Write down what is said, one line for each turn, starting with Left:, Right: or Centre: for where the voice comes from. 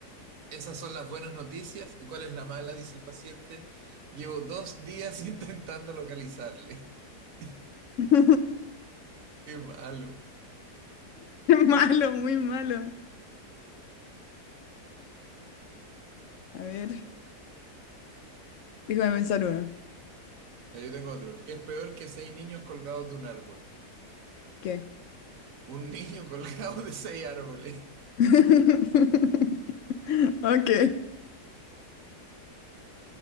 Right: Esas son las buenas noticias. ¿Y cuál es la mala? Dice el paciente. Llevo dos días <laughs> intentando localizarle. Qué
Left: <laughs> Qué
Right: malo.
Left: malo, muy malo. A ver, déjame pensar uno.
Right: Ya yo tengo otro. ¿Qué es peor que seis niños colgados de un árbol?
Left: ¿Qué?
Right: Un niño <laughs> colgado de seis árboles.
Left: <laughs> Ok.